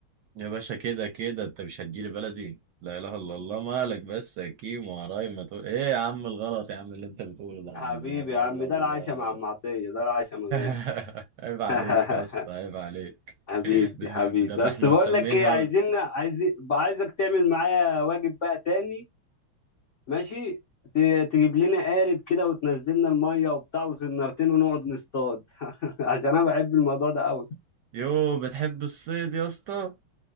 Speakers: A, on the right; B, on the left.
A: يا باشا كده كده انت مش هتجيلي بلدي لا اله الا الله مالك بس يا كيم وعرايم ما تقول ايه يا عم الغلط يا عم اللي انت بتقوله ده
B: حبيبي
A: يا عم لا اله
B: يا عم
A: الا
B: ده
A: الله
B: العشاء مع ام عطيه ده العشاء من غير
A: <laughs> عيب
B: <laughs>
A: عليك يا اسطى عيب عليك
B: حبيبي
A: ده,
B: حبيبي
A: ده بقى
B: بس
A: احنا
B: بقول
A: مسمينها
B: لك ايه عايزين عايز عايزك تعمل معايا واجب بقى تاني ماشي ت- تجيب لنا قارب كده وتنزلنا الميه وبتاع وسنارتين ونقعد نصطاد <laughs> عشان انا بحب الموضوع ده قوي
A: يو بتحب الصيد يا اسطى